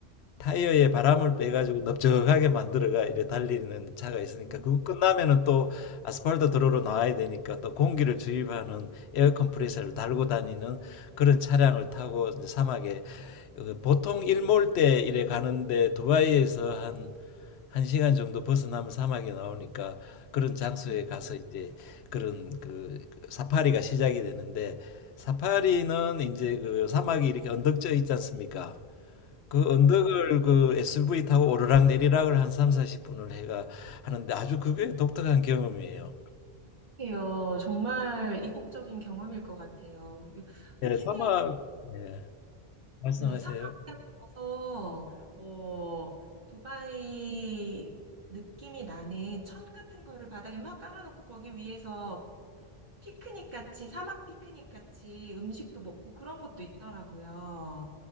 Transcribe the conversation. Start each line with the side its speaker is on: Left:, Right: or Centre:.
Left: 타이어에 바람을 빼가지고 넓적하게 만들어가 이래 달리는 차가 있으니까
Right: 음.
Left: 그거 끝나면은 또 아스팔트 도로로 나와야 되니까 또 공기를 주입하는 에어 컴프레서를 달고 다니는 그런 차량을 타고 이제 사막에 어, 보통 일몰 때 이래 가는데 두바이에서 한 한 시간 정도 벗어나면 사막이 나오니까 그런 장소에
Right: 음,
Left: 가서 이제 그런 그 그 사파리가 시작이 되는데 사파리는 이제 그 사막이 이렇게 언덕져 있지 않습니까? 그 언덕을 그 SUV 타고 오르락 내리락을 한 3, 40분을 해가 하는데 아주 그게 독특한 경험이에요.
Right: 이게요. 정말 이국적인 경험일 것 같아요.
Left: 예,
Right: TV에서
Left: 사막 예, 말씀하세요.
Right: 네, 사막에 가서 뭐 두바이 느낌이 나는 천 같은 거를 바닥에 막 깔아놓고 거기 위에서 피크닉 같이 사막 피크닉 같이 음식도 먹고 그런 것도 있더라고요.